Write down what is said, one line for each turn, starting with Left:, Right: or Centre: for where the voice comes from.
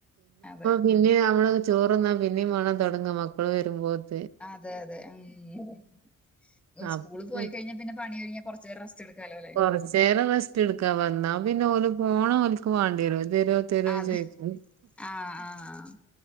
Centre: അതെ
Right: പിന്നേ ഞമ്മള് ചോറ്ന്നാ പിന്നേമാണം തുടങ്ങ മക്കള് വരുമ്പോത്തിന്
Centre: അതെയതെ ഉം
Right: അപ്പൊ
Centre: സ്കൂളിപോയി കയിഞ്ഞാ പിന്നെ പണിയൊതുങ്ങിയ കുറ ച്ച് റെസ്റ്റെടുക്കാലോ ലെ
Right: കൊറച്ചേരം റെസ്റ്റ് എടുക്കാ വന്നാ പിന്നെ ഓല് ഫോണ് ഓൽക്ക് വാണ്ടേരും എന്തേ തരോ
Centre: അതെ
Right: ചോയ്ക്കും
Centre: ആഹ് ആഹ്